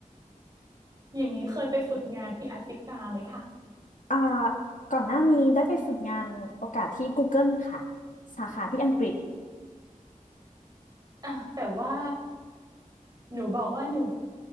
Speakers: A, on the right; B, on the left.
A: อย่างนี้เคยไปฝึกงานที่แอฟริกาไหมคะ
B: อ่าก่อนหน้านี้ได้ไปฝึกงานโอกาสที่ Google ค่ะ สาขาที่อังกฤษ
A: อ่ะแต่ว่า หนูบอกว่าหนู